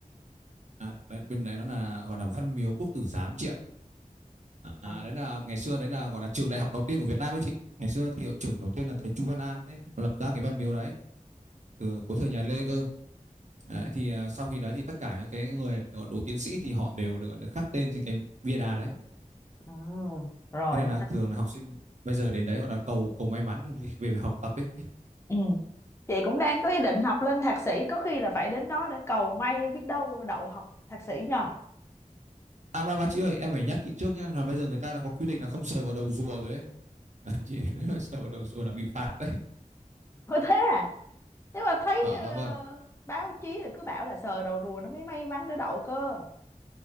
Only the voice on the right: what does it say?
à, đấy, bên đấy nó là gọi là Văn Miếu Quốc Tử Giám chị ạ à,
đấy là ngày xưa đấy là gọi là trường đại học đầu tiên của Việt Nam ấy chị ngày xưa thì hiệu trưởng đầu tiên là thầy Chu Văn An đấy lập ra cái Văn Miếu đấy từ cuối thời nhà Lê cơ đấy,
thì à, sau khi đấy thì tất cả những cái người gọi đỗ tiến sĩ thì họ đều được, được khắc tên trên cái bia đá đấy
thế nên
là thường là học sinh bây giờ đến đấy gọi là cầu cầu may mắn về việc học tập ấy
À mà, mà chị ơi em phải nhắc chị trước nhé là bây giờ người ta đã có quy định là không sờ vào đầu rùa rồi ấy <laughs> chị nếu mà sờ vào đầu rùa là bị phạt đấy <laughs>
à, à vâng